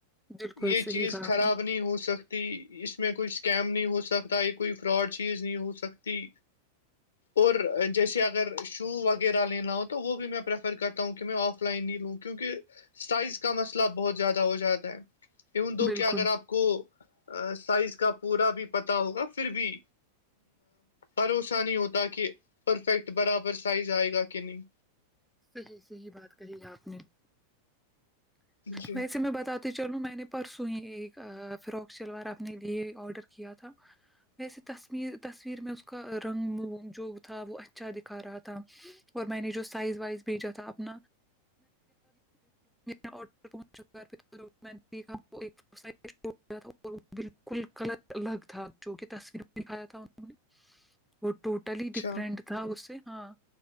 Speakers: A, in the centre; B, on the left.
A: بالکل
B: یہ
A: صحیح
B: چیز
A: کہا آپ
B: خراب
A: نے
B: نہیں ہو سکتی اس میں کوئی اسکیم نہیں ہو سکتا یہ کوئی فراڈ چیز نہیں ہو سکتی اور جیسے اگر شو وغیرہ لینا ہو تو وہ بھی میں پریفر کرتا ہوں کہ میں آف لائ نہیں لوں کیونکہ سائز کا مسئلہ بہت زیادہ ہو جاتا ہے ان دو
A: بالکل
B: کیا اگر آپ کو سائز کا پورا بھی پتا ہوگا پھر بھی ا بوسہ نہیں ہوتا کہ پرفیکٹ برابر سائز آئے گا کہ نہیں
A: صحیح صحی بات کہی ہے آپ نے
B: جی
A: ویسے میں بتات چلو میں نے پرسوں ہی ایک فراک سلوار اپنے لیے آڈر کیا تھا ویسے تصویر تصویر میں اس کا رنگ جو تھا وہ اچھا دکھا رہا تھا اور میں نے جو سائز وائز بھیجا تھا اپنا تور پہنچا دیکھا یا اور بالکل کلر الگ تھا جو کہ تصویر میں دکھایا تھا انہوں نے وہ ٹوٹلی
B: اچھا
A: ڈفرینٹ تھا اس سے ہاں